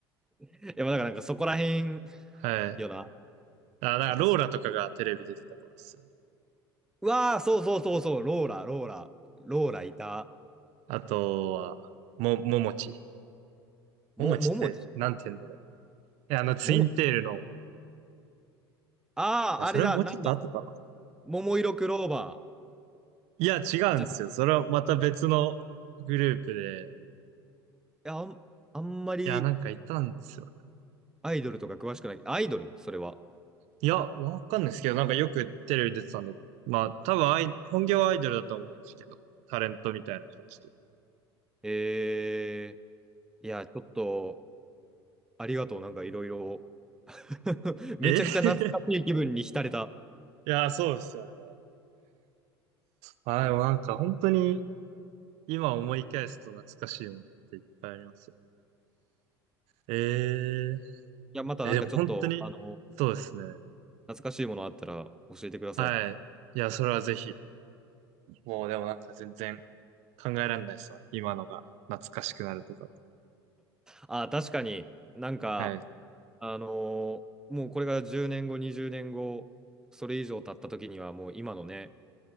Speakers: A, in the centre; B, on the right.
A: いや、まあだからなんかそこらへん
B: はい。
A: よな。
B: あ、なんか、
A: なんかそ、
B: ローラとかがテレビで出てた頃ですよね。
A: うわあ、そうそうそうそう、ローラ、ローラ、ローラいた。
B: あとは、も、ももち。
A: も、
B: ももちって、
A: ももち、
B: なんて言うんだろう。えあの、ツインテールの、
A: ももち。ああ、
B: あ、
A: あれだ、
B: それもうちょっと後かな。
A: なんだ。桃色クローバー。
B: いや、違うんですよ。
A: じゃ、い
B: それはまた別のグループで。
A: やあん、あんまり
B: いや、なんかいたんですよね。
A: アイドルとか詳しくない。アイドルそれは。
B: いや、わかんないですけど、なんかよくテレビに出てたんで。まあ、多分アイ、本業はアイドルだと思うんですけど、タレントみたいな感じで。
A: えー、いや、ちょっと、ありがとう。なんかいろいろ。<laughs> めちゃくちゃ懐かしい気分に浸れた。
B: え <laughs> いや、そうですよね。まあ、でもなんか本当に今思い返すと懐かしいものっていっぱいありますよ。えー、
A: いや、またなんかちょっと、
B: え、でも本当に、
A: あの、
B: そうですね。
A: 懐かしいものあったら教えてください。
B: はい。いや、それはぜひ。もうでもなんか全然考えられないですわ。今のが懐かしくなるとか。
A: あ、確かになんか、
B: はい。
A: あのーもうこれが10年後、20年後、それ以上経った時にはもう今のね、